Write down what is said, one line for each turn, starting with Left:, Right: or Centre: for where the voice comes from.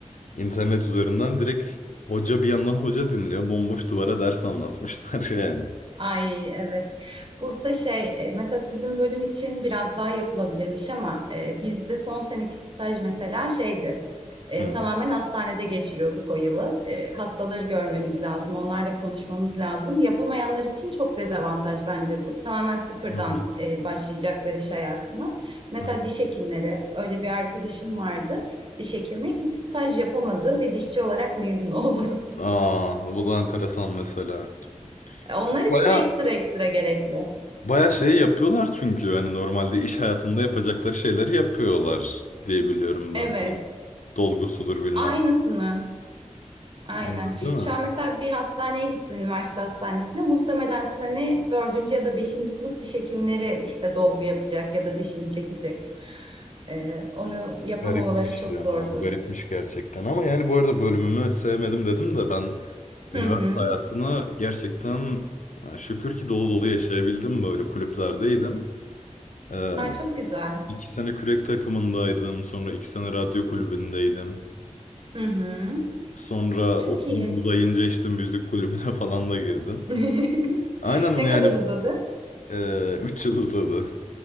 Left: internet üzerinden direkt hoca bir yandan hoca dinliyor bomboş duvara ders anlatmışlar <laughs> yani.
Right: Ay evet. Burada şey e, mesela sizin bölüm için biraz daha yapılabilirmiş ama e, bizde son seneki staj mesela şeydi. e,
Left: Hı.
Right: tamamen hastanede geçiriyorduk o yılı. E, hastaları görmemiz lazım, onlarla konuşmamız lazım. Yapamayanlar için çok dezavantaj bence bu. Tamamen sıfırdan
Left: Hı hı.
Right: e, başlayacaklar iş hayatına. Mesela
Left: Hı.
Right: diş hekimleri, öyle bir arkadaşım vardı. Diş hekimi hiç staj yapamadı ve dişçi olarak mezun oldu. <laughs>
Left: Aa, bu da enteresan mesela.
Right: Onlar
Left: Çünkü
Right: için
Left: bayağı
Right: ekstra ekstra gerekli.
Left: Bayağı şey yapıyorlar çünkü hani normalde iş hayatında yapacakları şeyleri yapıyorlar diye biliyorum
Right: Evet.
Left: ben. Dol- Dolgusudur bilmem.
Right: Aynısını. Aynen.
Left: Aynen değil mi?
Right: Şu an mesela bir hastaneye gitsin üniversite hastanesine muhtemelen sene dördüncü ya da beşinci sınıf diş hekimleri işte dolgu yapacak ya da dişini çekecek. Ee, onu yapamamaları
Left: Garipmiş
Right: çok
Left: ya.
Right: zordu.
Left: o Garipmiş gerçekten. Ama yani bu arada bölümümü sevmedim dedim de ben üniversite
Right: Hı hı.
Left: hayatını gerçekten e, şükür ki dolu dolu yaşayabildim. Böyle kulüplerdeydim. Ee,
Right: Ay çok güzel.
Left: iki sene kürek takımındaydım. Sonra iki sene radyo kulübündeydim.
Right: Hı hı.
Left: Sonra
Right: Çok
Left: okulum
Right: iyi.
Left: uzayınca işte müzik kulübüne <laughs> falan da girdim.
Right: <laughs>
Left: Aynen
Right: Ne
Left: yani
Right: kadar uzadı?
Left: Ee, 3 yıl uzadı.